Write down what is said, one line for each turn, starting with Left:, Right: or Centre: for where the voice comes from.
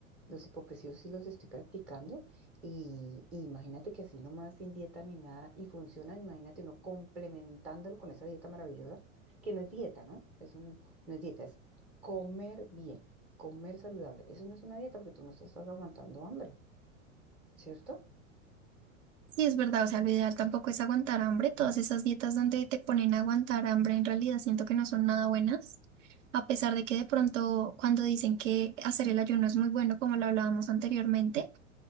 Centre: Los hipopresivos sí los estoy practicando y, y imagínate que así nomás sin dieta ni nada y funcionan, imagínate uno complementándolo con esa dieta maravillosa, que no es dieta, ¿no? Es un, no es dieta, es comer bien, comer saludable. Eso no es una dieta porque tú no estás, aguantando hambre, ¿cierto?
Right: Sí, es verdad, o sea, lo ideal tampoco es aguantar hambre, todas esas dietas donde te ponen a aguantar hambre en realidad siento que no son nada buenas, a pesar de que de pronto cuando dicen que hacer el ayuno es muy bueno, como lo hablábamos anteriormente.